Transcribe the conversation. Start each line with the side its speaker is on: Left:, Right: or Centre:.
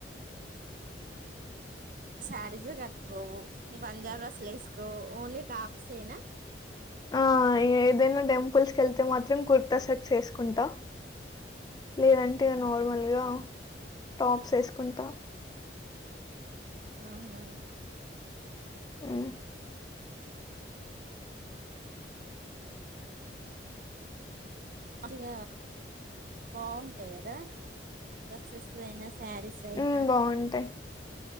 Right: శారీస్ కట్టుకోవు ఈ పంజాబ్ డ్రెస్సులు వేసుకో ఓన్లీ టాప్స్ ఏనా
Left: ఆ ఏదైనా టెంపుల్స్ కి వెళ్తే మాత్రం కుర్తా సెట్స్ వేసుకుంటా లేదంటే ఇగ నార్మల్ గా హ టాప్స్ వేసుకుంటా
Right: ఊహు
Left: ఉ
Right: మాకు ఇగ బాగుంటాయి కదా డ్రస్సెస్ అయినా స సారీ స్ అయినా
Left: హ్మ్. బావుంటాయి.